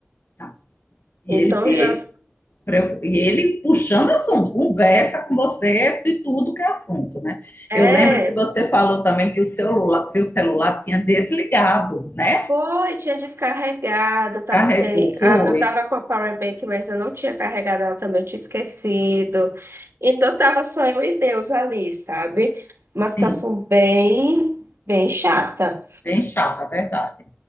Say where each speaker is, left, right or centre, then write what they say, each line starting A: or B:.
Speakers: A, on the left; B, on the right.
A: tá. E
B: Então
A: ele, ele
B: já
A: E ele puxando assunto, conversa com você de tudo que é assunto, né?
B: é.
A: Eu lembro que você falou também que o celular, seu celular tinha desligado, né?
B: Foi, tinha descarregado, eu tava
A: Carregou,
B: sem,
A: foi.
B: a- eu tava com a power bank, mas eu não tinha carregado ela também, eu tinha esquecido. Então tava só eu e Deus ali, sabe? Uma situação
A: Sim,
B: bem, bem chata.
A: bem chata, é verdade.